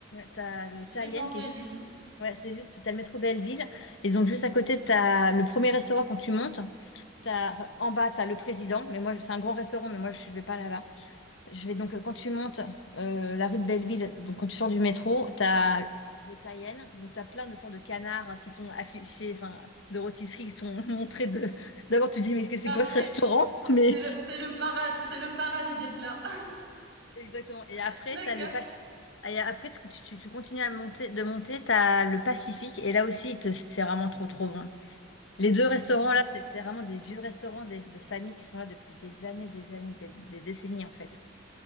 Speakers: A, on the left (about 75°); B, on the right (about 65°).
A: T'as le
B: Je
A: Taïen
B: vais tenter
A: qui est juste
B: du coup.
A: Ouais, c'est juste, t'as le métro Belleville, et donc juste à côté, t'as le premier restaurant quand tu montes, t'as, en bas, t'as le président, mais moi, je- c'est un grand restaurant, mais moi, je vais pas là-bas. Je vais donc, euh, quand tu montes euh, la rue de Belleville, donc quand tu sors du métro, t'as le Taïen, donc t'as plein de sortes de canards qui sont affichés, enfin, de rôtisseries qui sont <laughs> montrées de... D'abord, tu te dis, mais c'est
B: Parfait.
A: quoi ce restaurant? <laughs> Mais...
B: C'est le, c'est le paradis, c'est le paradis des plats.
A: Exactement, et
B: <laughs>
A: après,
B: D'accord.
A: t'as le Pacifique. Et après, tu, tu- tu continues à monter, de monter, t'as le Pacifique, et là aussi, te- c'est vraiment trop, trop bon. Les 2 restaurants là, c'est c'est vraiment des vieux restaurants des de familles qui sont là depuis des années, des années, des des décennies, en fait.